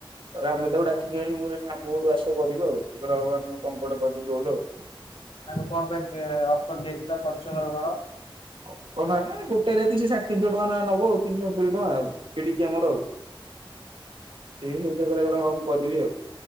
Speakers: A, on the right; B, on the left.
A: ଆରେ ଆମେ ତାକୁ ଡାକି କି ଆଇଁଲୁ ଆମ କୋଠୁ ଆସ କରିବ ଆଉ ସେ କହିଲା ହଉ ଆମ ତମ ପଟେ କରିବି ରୋଲ ଆଉ।
B: ତାଙ୍କୁ କଣ ପାଇଁ ଅଫର ଦିଆହେଇଥିଲା କର୍ଚ ନା କଣ।
A: ଅଫର ନା ମ ଗୋଟେ ରାତି ସେ ସାଢ଼େ ତିିଶହ ଟଙ୍କା ନା ନବ ଆଉ ତିନିଶସତୁରି ଟଙ୍କା ଆଉ ଛିଡିଛି ଆମର ଆଉ। ସେ ବି ସେଇଥିରେ କହିଲା କହିଲା ହଁ ମୁଁ କରିବି ଆଉ।